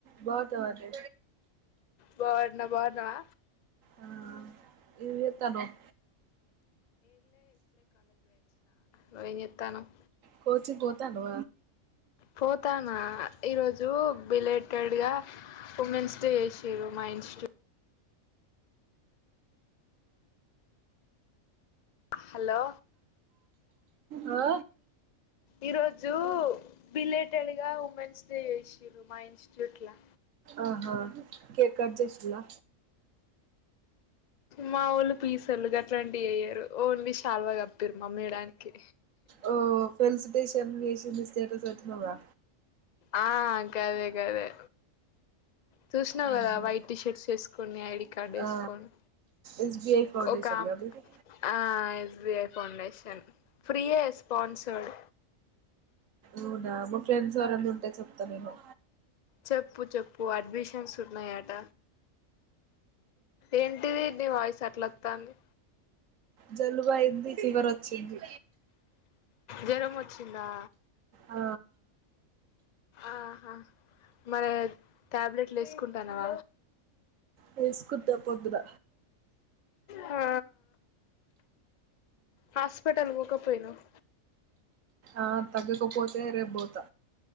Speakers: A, on the right; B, on the left.
A: బోతె ఒతది
B: బగున్నా బాగున్నవా
A: ఆ ఏం చేత్తన్నావ్
B: నువేం చేతనవ్
A: కోచికి పోతాండవ
B: పోతానా ఈరోజు బిలేటెడ్గా ఉమెన్స్ డే చేసిర్రు మా ఇన్స్టిట్ హలో
A: ఆ
B: ఈ రోజు బిలేటెడ్ గా ఉ మెన్స్ డే చేసిర్రు మా ఇన్స్టిట్యూట్ లా
A: ఆహా కేక్ కట్ చేసిరా
B: మావొళ్ళు పీ సొళ్ళు గట్లాంటివి యెయ్యారు ఓన్లీ శాల్వా కప్పిరు మా మెడానికి
A: ఓ ఫెలిసిటేషన్ చేసింది స్టేటస్ వేటినవ్గా
B: ఆ గదే గదే చూసినవ్
A: ఆహా.
B: కదా వైట్ టీషర్ట్స్ వేసుకొని ఐడి కార్డు వేసుకొని
A: ఆ ఎస్బిఐ ఫౌండేషన్
B: ఒక
A: గా మీది
B: ఆ ఎస్బిఎఫ్ ఫౌండేషన్ ఫ్రీయే ఎస్పన్సడ్
A: అవునా మా ఫ్రెండ్స్ ఎవరన్న ఉంటే చెప్త నేను
B: చెప్పు చెప్పు అడ్మిషన్స్ ఉన్నాయట ఏంటిది నీ వాయిస్ అట్లోతుంది
A: జలుబ అయింది ఫివర్ వచ్చింది
B: జెరం వచ్చిందా
A: ఆ
B: ఆహా మరి ట్యాబ్లెట్లు వేసుకుంటావ
A: వేసుకునా పొద్దున
B: హా హాస్పిటల్ వొక పోయినవ్
A: ఆ తగ్గకపోతే రేప్ బోత